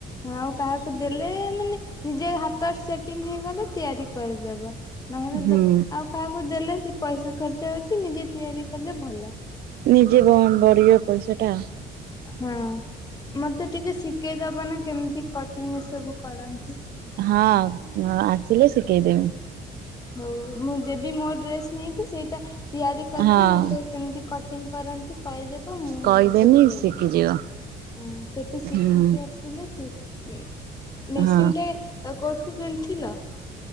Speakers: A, on the left; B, on the right.
A: ଆଉ କାହାକୁ ଦେଲେ ମାନେ ନିଜେ ହାତରେ ସେଟିଙ୍ଗ୍ ହେଇଗଲେ ତିଆରି କରିଦେବା। ନହେଲେ
B: ହୁଁ
A: ଦୋ ଆଉ କାହାକୁ ଦେଲେ ଯେ ପଇସା ଖର୍ଚ୍ଚ ହୋଉଚି ନିଜେ ତିଆରି କଲେ ଭଲ।
B: ନିଜେ ବ ବଢ଼ିଅ ପଇସାଟା‌।
A: ହୁଁ। ମତେ ଟିକେ ସିକେଇଦ ବନା କେମତି କଟିଂ ସବୁ କରନ୍ତି।
B: ହଁ ଅ ଆସିଲେ ଶିକେଇଦେମି।
A: ହଉ ମୁଁ ଯେବି ମୋ ଡ୍ରେସ ନେଇକି ସେଇଟା ତିଆରି କରିବେ
B: ହଁ।
A: ମୋତେ କେମତି କ ଟିଂ କରନ୍ତି କହିଦେବ ମୁଁ
B: କହିଦେମି
A: ନିଜେ ତିଆରି
B: ଶିଖିଯିବ
A: ଉଁ ସେଠୁ ଶିକିକି
B: ହୁଁ
A: ଆସିଲେ ସି ଉଁ ମେସିନ୍
B: ହଁ
A: ଟେ ଅ କୋଉଠୁ କିଣି ଚ୍ ଥିଲ।